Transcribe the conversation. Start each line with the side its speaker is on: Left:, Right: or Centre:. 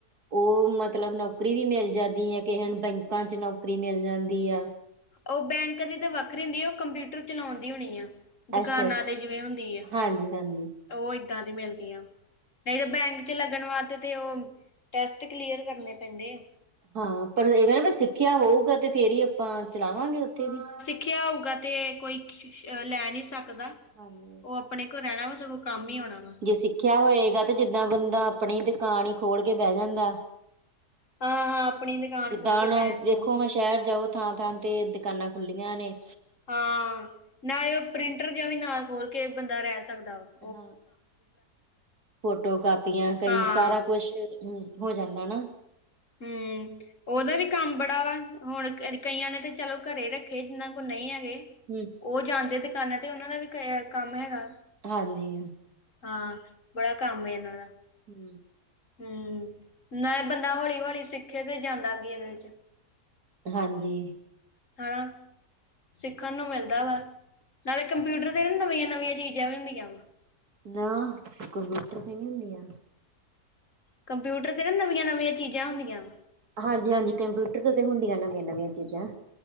Right: ਉਹ ਮਤਲਬ ਨੌਕਰੀ ਵੀ ਮਿਲ ਜਾਂਦੀ ਹੈ, ਕਿਸੇ ਹਣ ਬੈਂਕਾਂ ਚ ਨੌਕਰੀ ਮਿਲ ਜਾਂਦੀ ਆ।
Left: ਉਹ ਬੈਂਕ ਦੀ ਤੇ ਵੱਖਰੀ ਹੁੰਦੀ ਆ ਉਹ ਕੰਪਿਊਟਰ ਚਲਾਉਣ ਦੀ ਹੋਣੀ ਆਂ। ਦੁਕਾਨਾਂ
Right: ਅੱਛਾ ਅੱਛਾ
Left: ਤੇ, ਜਿਵੇਂ ਹੁੰਦੀ ਆ।
Right: ਹਾਂਜੀ ਹਾਂਜੀ
Left: ਉਹ ਏਦਾਂ ਦੀ ਮਿਲਦੀਆਂ, ਨਹੀਂ ਤਾਂ ਬੈਂਕ ਚ ਲੱਗਣ ਵਾਸਤੇ ਤੇ ਉਹ ਟੈਸਟ, ਕਲੀਅਰ ਕਰਨੇ ਪੈਂਦੇ ਏ।
Right: ਹਾਂ, ਪਰ ਇਨਾਂ ਨੇ ਵੀ ਸਿੱਖਿਆ ਹੋਊਗਾ ਤੇ ਫੇਰ ਹੀ ਆਪਾਂ ਚਲਾਵਾਂਗੇ ਉੱਥੇ ਵੀ।
Left: ਸਿਖਿਆ ਹੋਊਗਾ ਤੇ ਕੋਈ ਲੈ ਨਹੀਂ ਸਕਦਾ
Right: ਹਾਂਜੀ
Left: ਉਹ ਆਪਣੇ ਕੋਲ ਰਹਿਣਾ ਵਾ, ਸਗੋਂ ਕੰਮ ਹੀ ਹੋਣਾ ਵਾ।
Right: ਜੇ ਸਿੱਖਿਆ ਹੋਏਗਾ ਤੇ ਜਿੱਦਾਂ ਬੰਦਾ, ਆਪਣੀ ਦੁਕਾਨ ਹੀ ਖੋਲ ਕੇ ਬਹਿ ਜਾਂਦਾ।
Left: ਹਾਂ ਹਾਂ ਆਪਣੀ ਦੁਕਾਨ
Right: ਜਿਦਾ
Left: ਖੋਲ ਕੇ
Right: ਹੁਣ,
Left: ਬਹਿਣ
Right: ਦੇਖੋ
Left: ਦਾ
Right: ਮੈ ਸ਼ਹਿਰ ਜਾਓ ਥਾਂ ਥਾਂ ਤੇ ਦੁਕਾਨਾਂ ਖੁੱਲੀਆਂ ਨੇ
Left: ਹਾਂ, ਨਾਲੇ ਪ੍ਰਿੰਟਰ ਜੇਹਾ ਵੀ ਨਾਲ ਖੋਲ ਕੇ ਬੰਦਾ ਰਹਿ ਸਕਦਾ ਵਾ।
Right: ਹਾਂ, ਫੋਟੋ ਕਾਪੀਆਂ ਕਈ
Left: ਹਾਂ
Right: ਸਾਰਾ ਕੁਛ ਹੂੰ, ਹੋ ਜਾਂਦਾ ਨਾ। <inaudible>
Left: ਹਮ, ਉਹਦਾ ਵੀ ਕੰਮ ਬੜਾ ਵਾ ਹੁਣ ਕਈਆਂ ਨੇ ਤੇ ਚਲੋ ਘਰੇ ਰੱਖੇ ਜਿੰਨਾ ਕੋਲ ਨਹੀਂ ਹੈਗੇ
Right: ਹੂੰ।
Left: ਉਹ ਜਾਂਦੇ ਦੁਕਾਨਾਂ ਤੇ, ਉਹਨਾਂ ਦਾ ਵੀ ਕ ਕੰਮ ਹੈਗਾ।
Right: ਹਾਂਜੀ।
Left: ਹਾਂ, ਬੜਾ ਕੰਮ <unintelligible> ਆ।
Right: ਹੂੰ।
Left: ਹੂੰ, ਨਈ ਬੰਦਾ ਹੌਲੀ -ਹੌਲੀ ਸਿੱਖੇ ਤੇ ਜਾਂਦਾ ਅ ਗ ਇਹਦੇ ਚ
Right: ਹਾਂਜੀ।
Left: ਹਨਾ, ਸਿੱਖਣ ਨੂੰ ਮਿਲਦਾ ਵਾ, ਨਾਲੇ ਕੰਪਿਊਟਰ ਤੇ ਨਾ ਨਵੀਆ, ਨਵੀਆਂ ਚੀਜ਼ਾਂ ਵੀ ਹੁੰਦੀਆਂ ਵਾ।
Right: ਨਾ, ਕੰਪਿਊਟਰ ਤੇ ਨਹੀਂ ਹੁੰਦੀ ਆ।
Left: ਕੰਪਿਊਟਰ ਤੇ ਨਾ ਨਵੀਆਂ, ਨਵੀਆਂ ਚੀਜ਼ਾਂ ਹੁੰਦੀਆ।
Right: ਹਾਂਜੀ, ਹਾਂਜੀ ਕੰਪਿਊਟਰ ਤੇ, ਤੇ ਹੁੰਦੀਆਂ ਨਵੀਆਂ- ਨਵੀਆਂ ਚੀਜ਼ਾਂ।